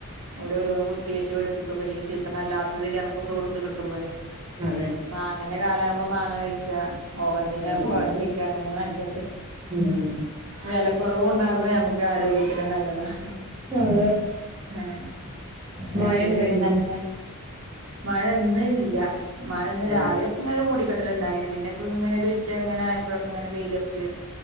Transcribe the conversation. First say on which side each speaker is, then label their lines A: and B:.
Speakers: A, on the right; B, on the right.
A: ഓല് ഓരോന്നും കുത്തി വെച്ച് പഴിപ്പിക്കൊക്കെ ചെയ്യും. സീസൺ അല്ലാത്തതില് നമ് ഫ്രൂട്ട് കിട്ടുബഴെ
B: അതെ
A: മാങ്ങന്റെ കാലാകുമ്പോ മാങ്ങ കഴിക്കുക ഓറഞ്ചിന്റെ
B: ആഹ്
A: ആവുമ്പോ ഓറഞ്ച് കഴിക്കുക അങ്ങനെ നല്ലത്
B: ഉം
A: വില കുറവ് ഉണ്ടാകും നമുക്ക് ആരോഗ്യത്തിന് നല്ലതാ-
B: അതെ
A: ആഹ് മറ്റേതു
B: മഴ ഇണ്ടായിന്നോ
A: പിന്നെ നല്ല മഴയിന്നില്ല മഴ ഇന്ന്
B: ഏഹ്
A: രാവിലെ ഇന്ന് ഒരു മൂടിക്കെട്ടല ഉണ്ടായിരുന്നു പിന്നെ ഇപ്പൊ ഒരു ഉച്ച അങ്ങന ആയപ്പോഴൊക്കെ ഇങ്ങനെ വെയിലർച്ച്